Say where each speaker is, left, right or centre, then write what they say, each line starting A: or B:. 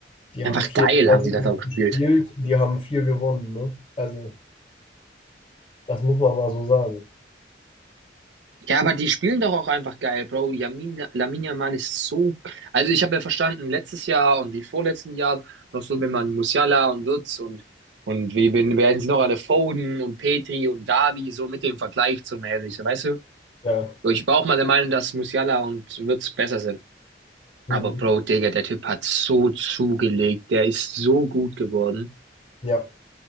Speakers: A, on the left; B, on the right.
A: Die
B: Einfach
A: haben vier
B: geil
A: Klassiker
B: haben sie das auch gespielt.
A: gespielt, die haben vier gewonnen, ne? Also, das muss man mal so sagen.
B: Ja, aber die spielen doch auch einfach geil, Bro. Yamin, Lamine Yamal ist so. Also, ich habe ja verstanden, letztes Jahr und die vorletzten Jahre noch so, wenn man Musiala und Wirtz und, und wie wen- werden sie noch alle Foden und Petri und Davi so mit dem Vergleich zu mäßig, so, weißt du?
A: Ja.
B: So, ich war auch mal der Meinung, dass Musiala und Wirtz besser sind.
A: Hm.
B: Aber, Bro, Digga, der Typ hat so zugelegt. Der ist so gut geworden.
A: Ja.